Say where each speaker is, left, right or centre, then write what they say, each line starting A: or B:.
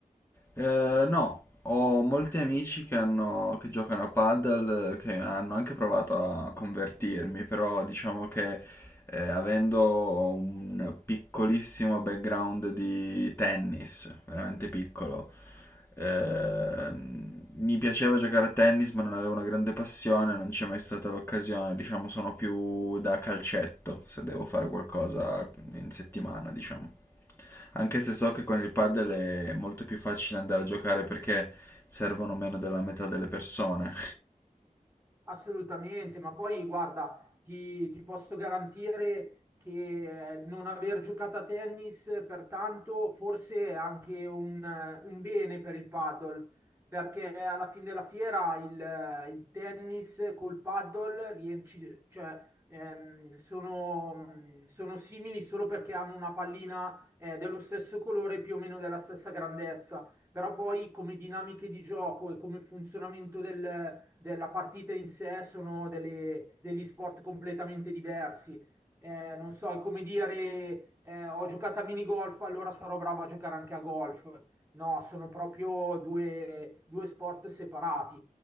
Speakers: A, on the left (about 15°); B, on the right (about 15°).
A: Eh, no, ho molti amici che hanno, che giocano a paddle, eh, che hanno anche provato a convertirmi, però diciamo che eh, avendo un piccolissimo background di tennis, veramente piccolo. Eh, mi piaceva giocare a tennis, ma non avevo una grande passione, non c'è mai stata l'occasione. Diciamo, sono più da calcetto se devo fare qualcosa in settimana, diciamo. Anche se so che con il padel è molto più facile andare a giocare perché servono meno della metà delle persone.
B: Assolutamente, ma poi guarda, ti, ti posso garantire che eh, non aver giocato a tennis pertanto forse è anche un, eh, un bene per il paddle, perché alla fine della fiera il, eh, il tennis col paddle rienci- cioè, ehm, sono, sono simili solo perché hanno una pallina eh, dello stesso colore più o meno della stessa grandezza però poi come dinamiche di gioco e come funzionamento del- della partita in sé sono delle- degli sport completamente diversi. Eh, non so, è come dire, eh, ho giocato a minigolf, allora sarò bravo a giocare anche a golf. No, sono proprio due, due sport separati.